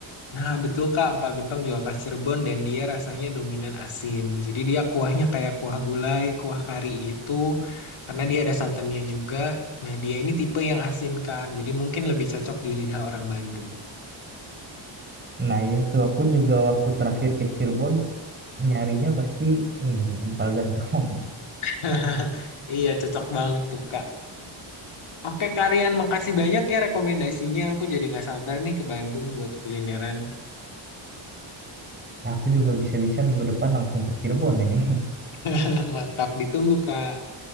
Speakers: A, on the left; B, on the right.
A: Nah, betul Kak, empal gentong juga khas Cirebon dan dia rasanya dominan asin. Jadi dia kuahnya kayak kuah gulai, kuah kari gitu, karena dia ada santannya juga. Nah, dia ini tipe yang asin kan, jadi mungkin lebih cocok di lidah orang Bandung.
B: Nah, iya tuh aku juga waktu terakhir ke Cirebon nyarinya pasti ini empal gentong.
A: <laughs> Iya, cocok banget tuh Kak. Oke, Kak Rian, makasih banyak ya rekomendasinya. Aku jadi nggak sabar nih ke Bandung buat kulineran.
B: <laughs> Aku juga bisa-bisa minggu depan langsung ke Cirebon ini. <laughs>
A: <laughs> Mantap, ditunggu Kak.